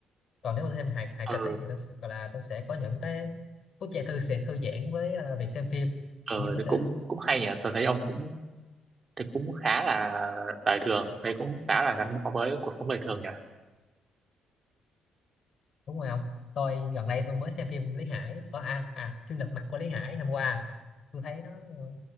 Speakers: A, on the left; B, on the right.
A: còn nếu mà thêm hài hài
B: ờ
A: kịch ấy, thì tôi s- gọi là tôi sẽ có những cái phút giây thư sẽ thư giãn với ờ, việc xem phim
B: ờ
A: kiểu như tôi
B: thì
A: sẽ
B: cũng cũng hay nhỉ tôi thấy ông cũng thì cũng khá là đời thường đấy cũng khá là gắn bó với cuộc sống đời thường nhỉ
A: đúng rồi không tôi gần đây tôi mới xem phim Lý Hải có à, à chuyên lật mặt của Lý Hải hôm qua tôi thấy nó ờ,